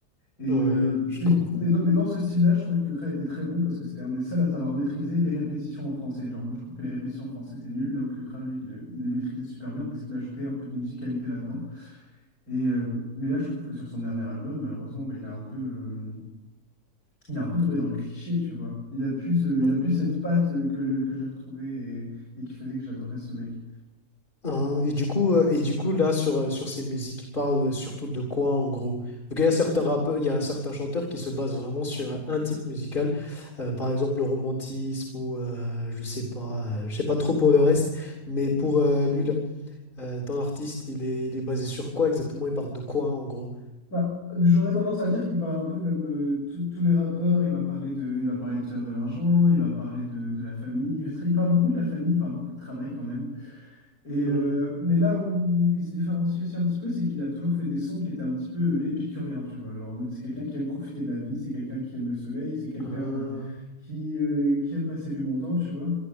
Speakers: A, on the left; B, on the left.
A: Et,
B: ouais,
A: euh,
B: je
A: et-
B: comprends.
A: mais, dans, mais dans ce style-là, je trouvais que Kra était très bon parce que c'était un des seuls à savoir maîtriser les répétitions en français. Genre, moi, je trouve que les répétitions en français, c'est nul, là où que Kra, lui, il, le- il les maîtrisait super bien parce qu'il ajoutait un peu de musicalité là-dedans. Et, euh, mais là, je trouve que sur son dernier album, malheureusement, bah, il a un peu, euh, il a un peu tombé dans le cliché, tu vois. Il a plus, ce-
B: Mhm.
A: il a plus cette patte euh, que, que je lui retrouvais et, et qui faisait que j'adorais ce mec.
B: Hein, et du coup, euh, et du coup, là, sur, euh, sur ces musiques, ils parlent surtout de quoi, en gros? Vu qu'il y a certains rappeurs, il y a certains chanteurs qui se basent vraiment sur euh, un type musical, euh, par exemple le romantisme ou euh, je sais pas, euh, je sais pas trop pour le reste, mais pour euh, lui, là, euh, ton artiste, il est, il est basé sur quoi exactement? Il parle de quoi, en gros?
A: Bah, j'aurais tendance à dire qu'il parle un peu comme euh, tous tous les rappeurs. Il va parler de, il va parler de faire de l'argent, il va parler de, de la famille. Il, va- il parle beaucoup de la famille, il parle beaucoup de travail quand même. Et euh,
B: Hmm,
A: mais là où il se différencie aussi un petit peu, c'est qu'il a toujours fait des sons qui étaient un petit peu épicuriens, tu vois. Genre, en mode, c'est quelqu'un qui aime profiter de la vie, c'est quelqu'un qui aime le soleil, c'est quelqu'un
B: hein,
A: euh, qui, euh, qui aime passer du bon temps, tu vois.